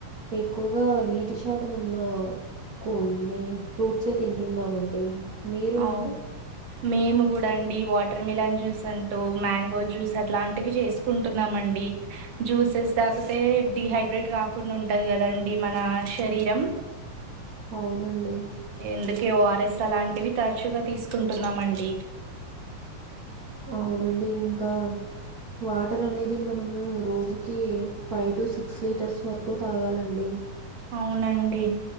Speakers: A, on the right; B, on the right.
A: ఎక్కువగా నీటి శాతం ఉన్న కొన్ని ఫ్రూట్సే తింటున్నామండి మీరు
B: అవు
A: అండి
B: మేము కూడా అండి వాటర్ మిలన్ జ్యూస్ అంటూ మ్యాంగో జ్యూస్ అట్లాంటివి చేసుకో కుంటున్నామండి జ్యూసెస్ తాగితే డిహైడ్రేట్ కాకుండా ఉంటంది కదండి మన శరీరం
A: అవునండి.
B: ఎందుకే ఓఆర్ఎస్ అలాంటివి తరచుగా తీసుకుంటున్నామండి
A: అవునండి ఇంకా వాటర్ అనేది మనము రోజుకి ఫైవ్ టు సిక్స్ లీటర్స్ వరకు తాగాలండి
B: అవునండి